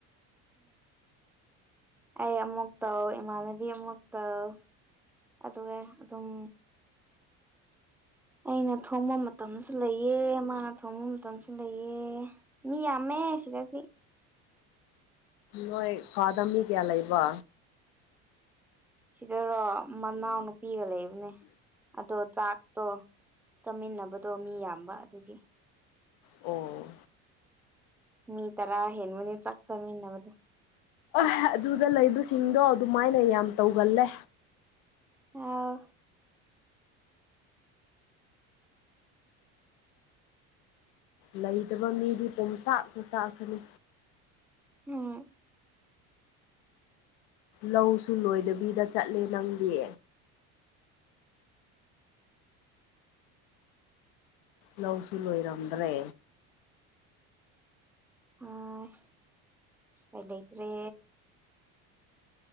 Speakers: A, in the centre; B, on the left (about 75°).
A: ꯑꯩ ꯑꯃꯨꯛ ꯇꯧ ꯏꯃꯥꯟꯅꯕꯤ ꯑꯃꯨꯛ ꯇꯧ ꯑꯗꯨꯒ ꯑꯗꯨꯝ ꯑꯩꯅ ꯊꯣꯡꯕ ꯃꯇꯝꯁꯨ ꯂꯩꯑ ꯃꯥꯅ ꯊꯣꯡꯕ ꯃꯇꯝꯁꯨ ꯂꯩꯑ ꯃꯤ ꯌꯥꯝ ꯑꯃꯃꯦ ꯑꯁꯤꯗ ꯁꯤ
B: ꯅꯣꯏ ꯐꯋꯥꯗꯃꯤ ꯀꯌꯥ ꯂꯩꯕ
A: ꯁꯤꯗꯔꯣ ꯃꯅꯥꯎꯅꯨꯄꯤꯒ ꯂꯩꯕꯅꯦ ꯑꯗꯣ ꯆꯥꯛ ꯇꯣ ꯆꯠꯃꯤꯟꯅꯕꯗꯣ ꯃꯤ ꯌꯥꯝꯕ ꯑꯗꯨꯒꯤ
B: ꯑꯣ
A: ꯃꯤ ꯇꯔꯥ ꯍꯦꯟꯕꯅꯤ ꯆꯥꯛ ꯆꯃꯤꯟꯅꯕꯗꯣ
B: ꯍ ꯑꯗꯨꯗ ꯂꯩꯕꯁꯤꯡꯗꯣ ꯑꯗꯨꯃꯥꯏꯅ ꯌꯥꯝ ꯇꯧꯒꯜꯂꯦ
A: ꯑ
B: ꯂꯩꯇꯕ ꯃꯤꯗꯤ ꯄꯣꯡꯆꯥꯛꯄ ꯆꯥꯛꯀꯅꯤ
A: ꯎꯝ
B: ꯂꯧꯁꯨ ꯂꯣꯏꯗꯕꯤꯗ ꯆꯠꯂꯦ ꯅꯪꯒꯤ ꯂꯧꯁꯨ ꯂꯣꯏꯔꯝꯗ꯭ꯔꯦ
A: ꯍ ꯑꯩꯣꯏ ꯂꯩꯇ꯭ꯔꯦ